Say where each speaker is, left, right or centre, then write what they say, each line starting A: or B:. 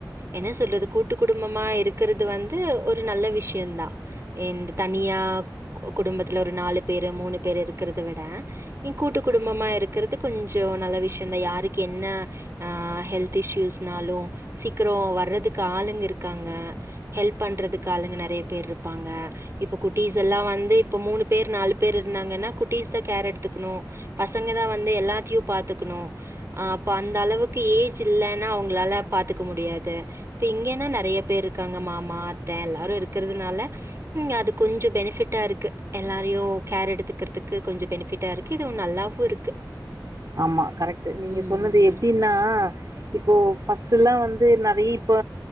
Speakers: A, on the right; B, on the right.
A: என்ன சொல்றது கூட்டு குடும்பமா இருக்குறது வந்து ஒரு நல்ல விஷயந்தா எந்து தனியா குடும்பத்துல ஒரு நாலு பேரு மூணு பேரு இருக்குறத விட இ கூட்டு குடும்பமா இருக்குறது கொஞ்சோ நல்ல விஷயொதா யாருக்கு என்ன அ ஹெல்த் இஷ்யூஸ்னாலு சீக்குரோ வர்றதுக்கு ஆளுங்க இருக்காங்க ஹெல்ப் பண்றதுக்கு ஆளுங்க நெறைய பேர்ருப்பாங்க இப்போ குட்டீஸ் எல்லா வந்து இப்போ மூணு பேர் நாலு பேர் இருந்தாங்கன்னா குட்டீஸ் தா கேர் எடுத்துக்குணு பசங்கதா வந்து எல்லாத்தியு பாத்துக்கணு ஆ அப்ப அந்த அளவுக்கு ஏஜ் இல்லன்னா அவங்களால பாத்துக்க முடியாது இப்ப இங்கேன்னா நெறைய பேர்ருக்காங்க மாமா அத்த எல்லாரு இருக்குறதுனால ம் அது கொஞ்சொ பெனிஃபிட்டா இருக்கு எல்லாரையு கேர் எடுத்துக்குறதுக்கு கொஞ்சொ பெனிஃபிட் டா இருக்கு இதுவு நல்லாவு இருக்கு
B: ஆமா கரெக்ட்டு நீங்க
A: ம்.
B: சொன்னது எப்டின்னா இப்போ ஃபர்ஸ்ட் எல்லா வந்து நெறைய இப்ப